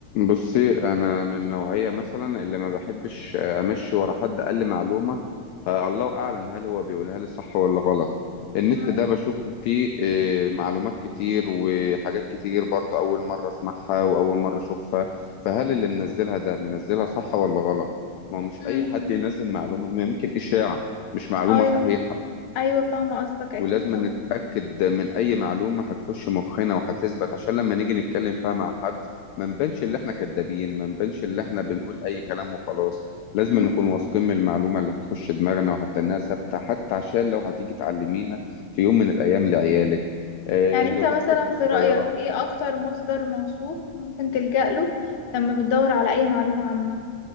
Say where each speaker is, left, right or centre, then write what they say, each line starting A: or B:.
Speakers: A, on the left; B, on the left.
A: بصي انا من نوعية مثلا اللي ما بحبش امشي ورا حد قال لي معلومة آه، الله اعلم هل هو بيقولها لي صح ولا غلط النت
B: مم،
A: ده بشوف فيه آه، معلومات كتير وحاجات كتير برضه اول مرة اسمعها واول مرة اشوفها فهل اللي منزلها ده منزلها صح ولا غلط ما هو مش
B: مم،
A: اي حد ينزل معلومة ما يمكن اشاعة مش معلومة
B: ايوه
A: صحيحة
B: ايوه فاهمة قصدك اكيد
A: ولازم
B: طبعا
A: نتأكد من أي معلومة هتخش مخنا وهتثبت عشان لما نيجي نتكلم فيها مع حد ما نبانش اللي احنا كدابين ما نبانش اللي احنا بنقول أي كلام وخلاص لازم
B: مم.
A: نكون واثقين من المعلومة اللي هتخش دماغنا وحتى إنها ثابتة حتى عشان لو هتيجي تعلميها في يوم من الأيام لعيالك آه
B: يعني
A: لأختك
B: انت مثلا
A: الصغيرة
B: في رأيك ايه اكتر مصدر موثوق ممكن تلجأ له لما بتدور على اي معلومة عامة